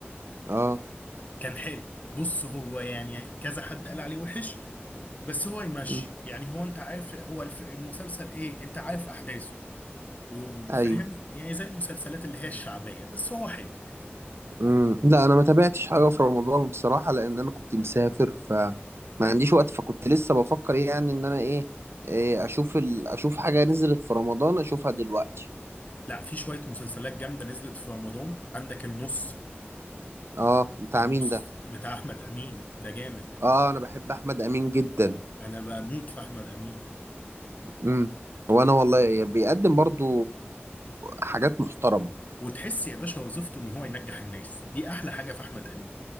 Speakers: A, on the right; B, on the left.
A: اه
B: كان حلو بص هو يعني كذا حد قال عليه وحش بس هو يمشي
A: م،
B: يعني هو انت عارف هو الف- المسلسل ايه انت عارف احداثه و- وفاهم
A: ايوه
B: يعني زي المسلسلات اللي هي الشعبية بس هو حلو
A: م، لا انا ما تابعتش حاجه في رمضان بصراحه لان انا كنت مسافر فما عنديش وقت فكنت لسه بفكر ايه يعني ان انا ايه, إيه اشوف ال... اشوف حاجه نزلت في رمضان اشوفها دلوقتي
B: لا في شوية مسلسلات جامدة نزلت في رمضان عندك النص
A: اه بتاع
B: النص
A: مين ده
B: بتاع احمد امين ده جامد
A: اه انا بحب احمد امين جدا
B: انا بموت في احمد امين
A: امم وانا والله بيقدم برضو حاجات محترمه
B: وتحس يا باشا وظيفته ان هو ينجح الناس دي احلى حاجة في احمد امين